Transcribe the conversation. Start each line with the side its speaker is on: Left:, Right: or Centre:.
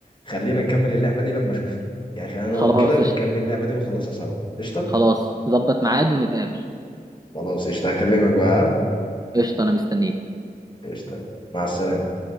Left: خلينا نكمل اللعبه دي لما اشوفك يعني خلينا نقعد
Right: خلاص
Left: كده ونكمل
Right: قشطة.
Left: اللعبه دي ونخلصها سوا قشطه
Right: خلاص ظبط ميعاد ونتقابل
Left: خلاص قشطه هكلمك بقى
Right: قشطة أنا مستنيك
Left: قشطه مع السلامه